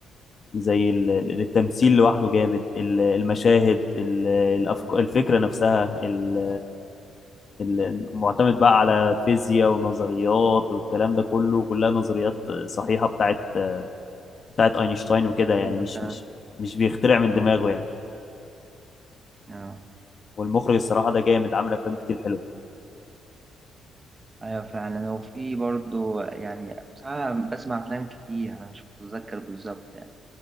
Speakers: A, on the left; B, on the right.
A: زي ال... التمثيل لوحده جامد ال- المشاهد ال... الأفك...
B: آه،
A: الفكرة نفسها ال... ال- ال- معتمد بقى على فيزياء ونظريات والكلام ده كله كلها نظريات صحيحة بتاعت بتاعت أينشتاين وكده يعني
B: أيوة
A: مش
B: فعلا
A: مش مش بيخترع من
B: اه
A: دماغه يعني
B: اه
A: والمخرج الصراحة ده جامد عامل أفلام كتير حلوة
B: أيوة فعلا وفي برضو يعني بصراحة بسمع أفلام كتير أنا مش متذكر بالظبط يعني